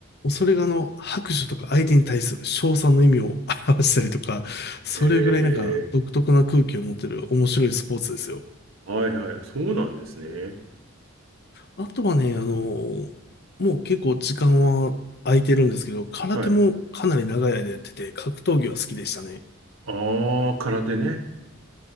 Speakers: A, on the left; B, on the right.
A: それがあの、拍手とか相手に対する称賛の意味を表したりとか、それぐらいなんか独特な空気を持ってる面白いスポーツですよ。
B: へえ。はいはい。そうなんですね。
A: あとはね、あの、もう結構時間は空いてるんですけど、空手もかなり長い間やってて、
B: はい。
A: 格闘技は好きでしたね。
B: ああ、空手ね。